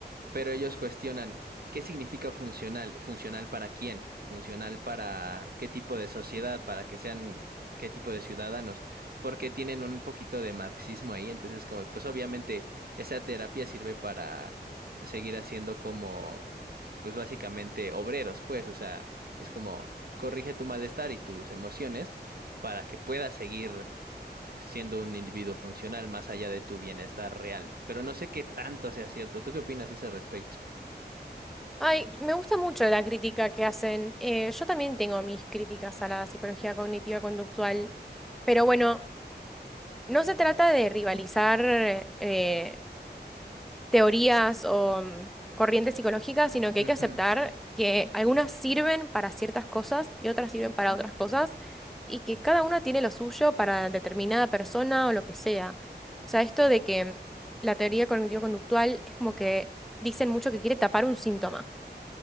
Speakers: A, on the right; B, in the centre.
A: pero ellos cuestionan qué significa funcional, funcional para quién, funcional para qué tipo de sociedad, para que sean qué tipo de ciudadanos, porque tienen un poquito de marxismo ahí, entonces como pues obviamente esa terapia sirve para seguir haciendo como pues básicamente obreros, pues, o sea, es como corrige tu malestar y tus emociones para que puedas seguir siendo un individuo funcional más allá de tu bienestar real. Pero no sé qué tanto sea cierto. ¿Tú qué opinas a ese respecto?
B: Ay, me gusta mucho la crítica que hacen. Eh, yo también tengo mis críticas a la psicología cognitiva conductual, pero bueno, no se trata de rivalizar eh, teorías o mm, corrientes psicológicas, sino que
A: Ujú,
B: hay que aceptar que algunas sirven para ciertas cosas y otras sirven para otras cosas, y que cada una tiene lo suyo para determinada persona o lo que sea. O sea, esto de que mm, la teoría cognitivo-conductual es como que dicen mucho que quiere tapar un síntoma.